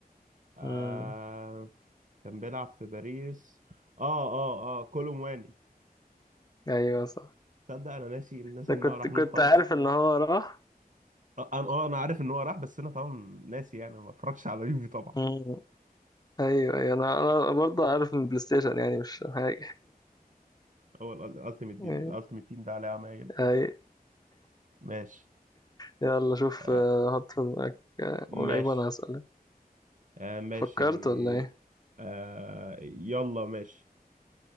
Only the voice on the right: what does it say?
آه
كان بيلعب في باريس اه اه اه كولومواني
تصدق انا ناسي ناسي
ان
هو راح
لهم خالص
آه، انا اه انا عارف ان هو راح بس انا طبعا ناسي يعني ما اتفرجش على اليوفي طبعا
هو الالتيميت دي
الالتيميت تيم ده عليه عمايل
ماشي
آه
ماشي
آه ماشي
آه يلا ماشي